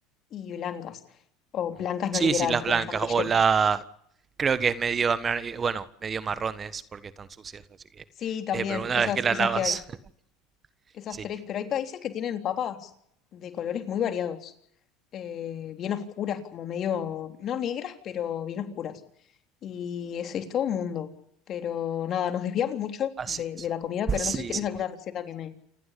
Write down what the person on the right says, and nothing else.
Ujú.
Sí,
sí, las
blancas
o la... Creo que es medio, amar- eh, bueno, medio marrones porque están sucias, así que...
eh, pero una
vez que la
lavas,
<laughs>
sí,
así
es.
Sí,
sí.